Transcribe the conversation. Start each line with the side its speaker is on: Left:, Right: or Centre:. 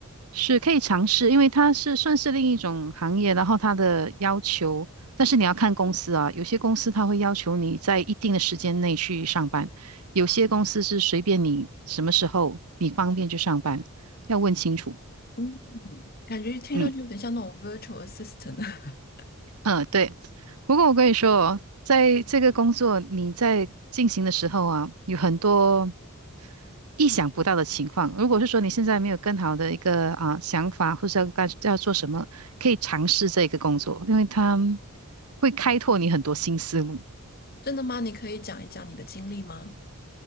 Right: 是可以尝试，因为它是算是另一种行业，然后它的要求，但是你要看公司啊，有些公司它会要求你在一定的时间内去上班，有些公司是随便你什么时候你方便就上班，要问清楚。
Left: 嗯，感觉听上去有点像那种
Right: 嗯。
Left: virtual assistant。<laughs>
Right: 嗯，对。不过我跟你说哦，在这个工作你在进行的时候啊，有很多意想不到的情况。如果是说你现在没有更好的一个啊想法，或是要干要做什么，可以尝试这个工作，因为它会开拓你很多新思路。
Left: 真的吗？你可以讲一讲你的经历吗？